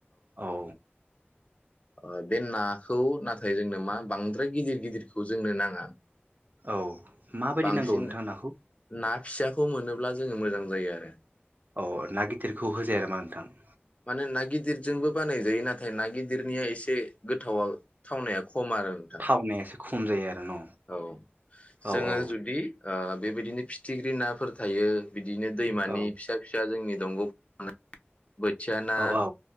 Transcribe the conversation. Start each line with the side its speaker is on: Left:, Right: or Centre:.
Right: औ।
Left: ओ बे नाखौ नाथाय जोंनो मा बांद्राय गिदिर गिदिरखौ जोंनो नाङा।
Right: औ माबायदि
Left: बांसिन
Right: नांगौ नोंथां नाखौ?
Left: ना फिसाखौ मोनोब्ला जोङो मोजां जायो आरो।
Right: अ' ना गिदिरखौ होजाया नामा नोंथां?
Left: मानो ना गिदिरजोंबो बानायजायो नाथाय ना गिदिरनिया एसे गोथावा थावनाया ख खम आरो नोंथां।
Right: थावनाया एसे खम जायो आरो न'
Left: औ जोङो
Right: औ औ
Left: जुदि ओ बेबायदिनो फिथिख्रि नाफोर थायो। बिदिनो दैमानि
Right: औ
Left: फिसा फिसा जोंनि दंग' बोथिया ना।
Right: औ औ